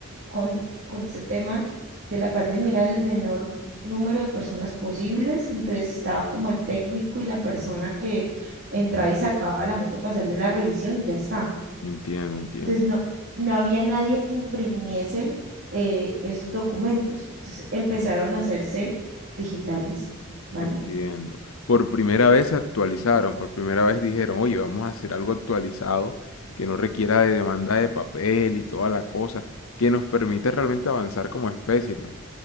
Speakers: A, on the right (about 55°); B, on the left (about 70°).
A: con, con ese tema de la pandemia era el menor número de personas posibles, entonces estaba como el técnico y la persona que entraba y sacaba la moto para hacerle la revisión y ya está.
B: Entiendo, entiendo,
A: Entonces no, no había nadie que imprimiese eh, esos documentos. Entonces empezaron a hacerse digitales, ¿vale?
B: entiendo. Por primera vez se actualizaron, por primera vez dijeron, oye, vamos a hacer algo actualizado que no requiera de demanda de papel y toda la cosa, que nos permita realmente avanzar como especie, ¿no?